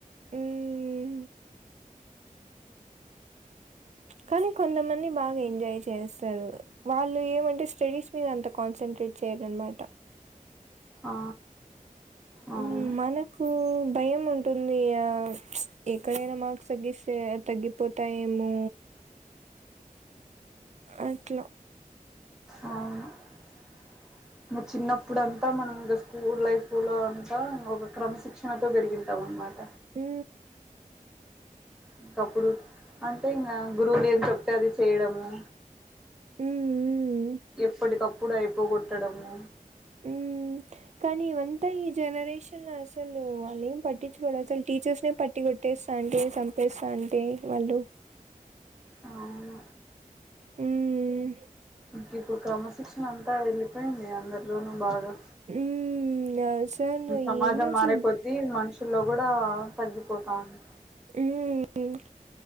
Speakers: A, on the right (about 55°); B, in the centre.
A: ఏ ఏ ఏ కానీ కొంతమంది బాగా ఎంజాయ్ చేస్తారు. వాళ్ళు ఏమంటే స్టడీస్ మీద అంత కాన్సన్ంట్రేట్ చేరన్మాట
B: ఆ అవును
A: హ్మ్
B: అవును
A: మనకు భయం ఉంట్ టుంది. ఆ ఎక్కడైనా మాక్ సగ్గిస్తే తగ్గిపోతాయేమో అట్ల
B: ఆ చిన్నప్పుడు అంతా మనం ఇంకా స్కూల్ లైఫ్ లో, అంతా ఒక క్రమశిక్షణతో పెరిగింటాం అనమాట.
A: మ్ఊ
B: ఇంకప్పుడు అంటే ఇంగ గురువులు ఏం చెప్ అది చేయడము
A: మ్ ఉహు
B: ఎప్పటికప్పుడు అయి పోగొట్టడము
A: ఊమ్ కానీ ఇవంతా ఈ జనరేషన్లో అసలు వాళ్ళు ఏం పట్టించుకోరు. అసలు టీచర్స్ నే పట్టి కొట్టేస్తాంటి. చంపేస్తాంటి. వాళ్ళు
B: అవును
A: ఊమ్
B: ఇంక ఇప్పుడు క్రమశిక్షణ అంతా వెళ్ళిపోయింది. అందరిలోనూ బాగా.
A: హ్మ్. అసలు
B: సమాజం
A: ఏందసలు
B: మారే కొద్ది మనుషు ల్లో కూడా తగ్గిపోతాంది
A: ఉమ్